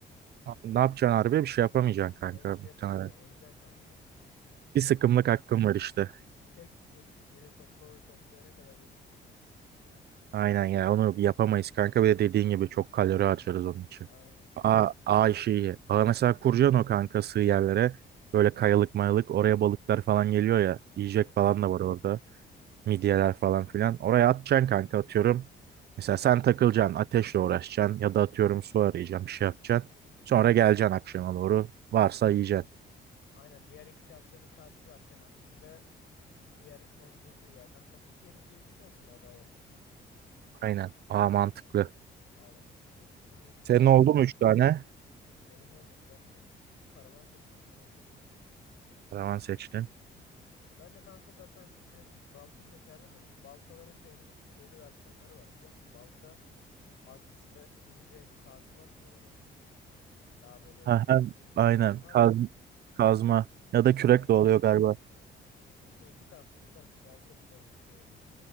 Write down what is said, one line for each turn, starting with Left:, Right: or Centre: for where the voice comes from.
Right: Ne yapacaksın harbi? Bir şey yapamayacaksın kanka.
Left: Böyle bir şey
Right: muhtemelen.
Left: yapamayacaksın öleceksin kanka.
Right: Bir sıkımlık
Left: Adam,
Right: hakkım var işte.
Left: tek kurşun bir de topla, toplayana kadar ölürsün zaten.
Right: Aynen ya onu yapamayız kanka. Bir de dediğin gibi çok kalori harcarız onun için.
Left: Aynen
Right: A, A işi iyi. Aa, mesela kuracaksın o kanka sığ yerlere. Böyle kayalık mayalık oraya balıklar falan geliyor ya. Yiyecek
Left: evet.
Right: falan da var orada. Midyeler falan filan. Oraya atacaksın kanka atıyorum. Mesela sen takılacaksın ateşle uğraşacaksın. Ya da atıyorum su arayacaksın bir şey yapacaksın. Sonra geleceksin akşama doğru. Varsa yiyeceksin.
Left: Aynen diğer ihtiyaçlarını karşılarken aslında diğer o durduğu yerden pasif gelir gibi bir şey aslında ada hayatında.
Right: Aynen. Aa mantıklı.
Left: Aa mantıklı. Şimdi çakmak
Right: Senin oldu mu üç tane?
Left: benim olmadı. Ben bir karavan seçtim herhalde.
Right: Karavan seçtin.
Left: Ben de kanka zaten klasik balta seçerdim de bu baltaların şeyli, şeyli versiyonları var biliyor musun? Balta arkası da ince kazma mı diyorlar ona? Daha böyle
Right: Ha, hem
Left: sivri
Right: aynen
Left: olan var
Right: kaz,
Left: ya
Right: kazma ya
Left: iki
Right: da kürek
Left: taraflı.
Right: de oluyor galiba.
Left: İşte iki taraflı bir tarafı balta bir tarafı şey oluyor.